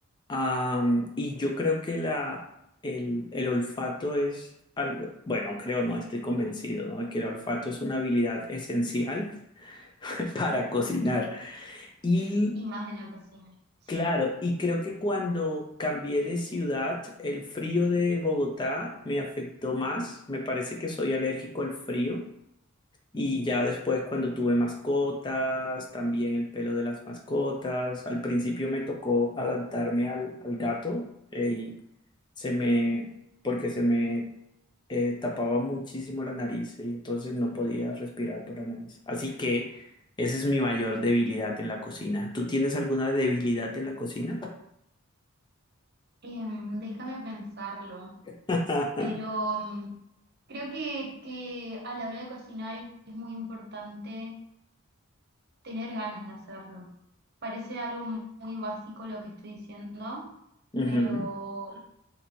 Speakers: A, on the left; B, on the right.
A: Am, y yo creo que la, el, el olfato es algo, bueno, creo, no estoy convencido, ¿no? Que el olfato es una habilidad esencial <laughs> para cocinar. Y
B: y más en la cocina? Sí.
A: claro, y creo que cuando cambié de ciudad, el frío de Bogotá me afectó más. Me parece que soy alérgico al frío. Y ya después cuando tuve mascotas, también el pelo de las mascotas. Al principio me tocó adaptarme al, al gato eh, y se me, porque se me eh, tapaba muchísimo la nariz y entonces no podía respirar por la nariz. Así que esa es mi mayor debilidad en la cocina. ¿Tú tienes alguna debilidad en la cocina?
B: Em, déjame pensarlo.
A: <laughs>
B: Pero mm, creo que, que a la hora de cocinar es muy importante tener ganas de hacerlo. Parece algo mu- muy básico lo que estoy diciendo,
A: Ujú,
B: pero